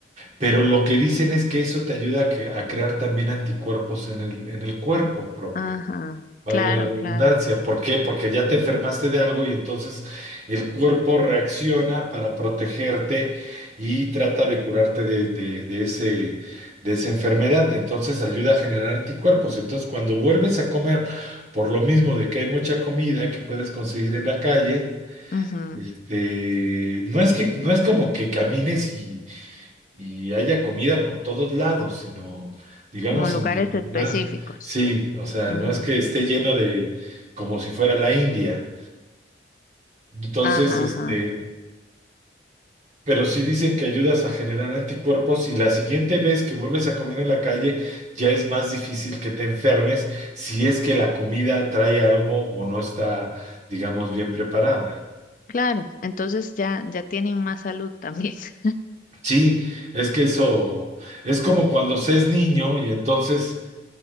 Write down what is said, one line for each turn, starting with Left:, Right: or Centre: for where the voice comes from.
Right: Pero lo que dicen es que eso te ayuda a, que- a crear también anticuerpos en el, en el cuerpo propio,
Left: Ajá.
Right: valga
Left: Claro,
Right: la redundancia.
Left: claro.
Right: ¿Por qué? Porque ya te enfermaste de algo y entonces el cuerpo reacciona para protegerte y trata de curarte de, de- de ese, de esa enfermedad. Entonces ayuda a generar anticuerpos. Entonces cuando vuelves a comer, por lo mismo de que hay mucha comida que puedes conseguir en la calle,
Left: Ujú.
Right: este, no es que, no es como que camines y haya comida por todos lados, sino, digamos,
Left: Como lugares
Right: en determinadas,
Left: específicos.
Right: sí, o sea,
Left: Ajá.
Right: no es que esté lleno de, como si fuera la India. Entonces,
Left: Ajá,
Right: este,
Left: ajá.
Right: pero sí dicen que ayudas a generar anticuerpos y la siguiente vez que vuelves a comer en la calle ya es más difícil que te enfermes si es que la comida trae algo o no está, digamos, bien preparada.
Left: Claro, entonces ya, ya tienen más salud también. <laughs>
Right: Sí, es que eso es como cuando se es niño y entonces